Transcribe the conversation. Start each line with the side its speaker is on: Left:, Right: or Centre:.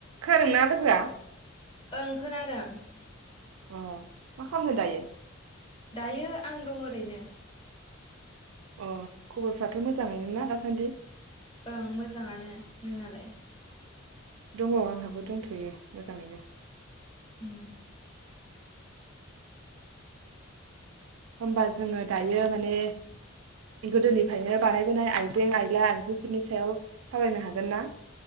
Right: खोनादोंना लोगोआ?
Left: ओं खोनादों।
Right: अ मा खामनो दायो।
Left: दायो आं दं ओरैनो
Right: अ खबरफ्राथ मोजाङैनो ना दासान्दि?
Left: ओं मोजाङानो नोंनालाय?
Right: दङ आंहाबो दंथयो मोजाङैनो।
Left: उम
Right: होमबा जोङो दायो माने गोदोनिफायनो बानायबोनाय आइजें आयला आगजुफोरनि सायाव सावरायनो हागोन ना।